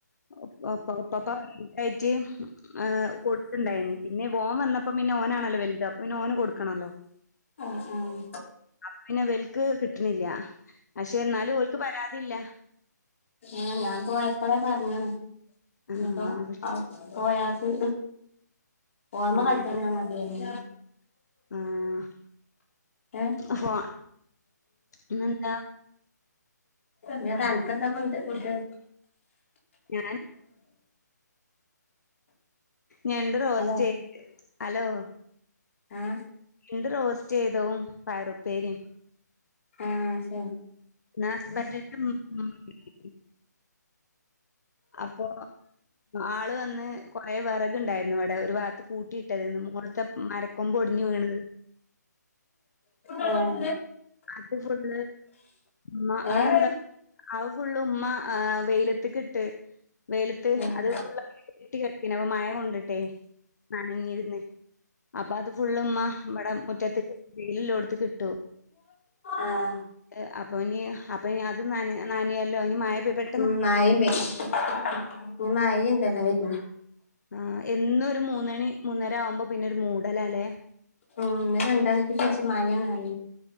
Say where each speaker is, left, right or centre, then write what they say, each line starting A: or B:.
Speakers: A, on the left; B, on the left.
A: <unintelligible> ഏഹ് കൊട്ത്ത്ണ്ടായിനി പിന്നെ വോം വന്നപ്പോ പിന്നെ ഓണാല്ലോ വലുത് അപ്പ പിന്നെ ഓന് കൊടുക്കണല്ലോ
B: ആഹ് ആഹ്
A: അപ്പ പിന്നെ വൽക്ക് കിട്ട്ണില്ല പക്ഷെ ന്നാലും ഓൽക്ക് പരാതില്ല
B: ആഹ് ഞാൻ പോയപ്പളെ പറഞ്ഞ്ണ്
A: ആഹ്
B: ഞ്ഞ് പ്പൊ
A: പക്ഷെ
B: ആ പോയാട്ട് ഫോൺമ്മെ
A: ആഹ്
B: കളിക്കാ
A: കു
B: ഞാ മതേർഞ്
A: ആഹ്
B: ഏഹ്
A: അഫോ പിന്നന്താ
B: ന്നട്ട് അൻക്ക് എന്താഫുഡ്
A: ഞാൻ ഞണ്ട് റോസ്റ്റ്
B: ഹലോ
A: ഹലോ
B: ആഹ്
A: ഞണ്ട് റോസ്റ്റ് ചെയ്തോ പയറുപ്പേരിം
B: ആഹ് ശ
A: ന സ്ബന്റിന്റെ <unintelligible> അപ്പൊ ആള് വന്ന് കൊറെ വിറകുണ്ടായിരുന്നു ഇവിടെ ഒരു ഭാഗത്ത് കൂട്ടിയിട്ടതിന്ന് മോർത്തെ മരക്കൊമ്പ് ഒടിഞ്ഞു വീണത്
B: ആഹ്
A: അത് ഫുള്ള് മ്മ അവിടെ
B: ഏഹ്
A: എന്താ ആഹ് ഫുള്ള് മ്മ ആഹ് വെയിലത്ത്ക്ക്ട്ട് വെയ്ലത്ത്
B: ആഹ്
A: അത് ഫുള്ള കെട്ടി കടക്കേഞ് അപ്പ മഴ കൊണ്ടിട്ടേ നനഞ്ഞിരുന്ന് അപ്പൊ അത് ഫുള് ഉമ്മ ഇബടെ മുറ്റത്ത് വെയിലിള്ളോടുത്ത്ക്ക്ട്ടു
B: ആഹ്
A: എഹ് അപ്പൊ ഇനി അപ്പഞ് അത് നനി നാനിയല്ലോ ഇനി മയ പെ പ്പെട്ട്
B: ഉം മയിം <unintelligible> ഞ് മയിംണ്ടല്ലോ വര്ണ്
A: ആഹ് എന്നരു മൂന്നണി മൂന്നര ആവുമ്പോ പിന്നെ ഒരു മൂടലല്ലേ
B: ഉം ന്നലെ രണ്ടാണിക്ക് ശേഷം മായാണൽ